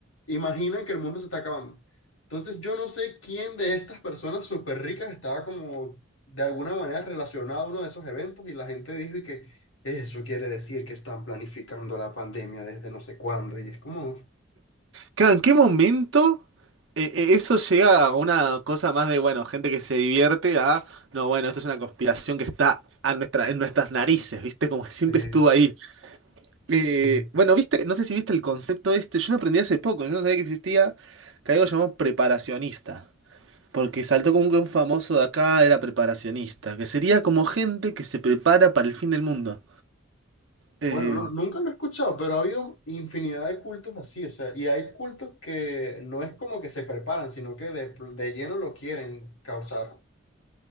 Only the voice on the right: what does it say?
Claro, ¿en qué momento eh, eh, eso llega a una cosa más de, bueno, gente que se divierte a, no, bueno, esto es una conspiración que está a nuestra, en nuestras narices, ¿viste? Como que siempre
estuvo ahí. Eh,
bueno, viste, no sé si viste el concepto este, yo lo aprendí hace poco, yo no sabía que existía, que hay algo llamado preparacionista, porque saltó como que un famoso de acá era preparacionista, que sería como gente que se prepara para el fin del mundo. Eh,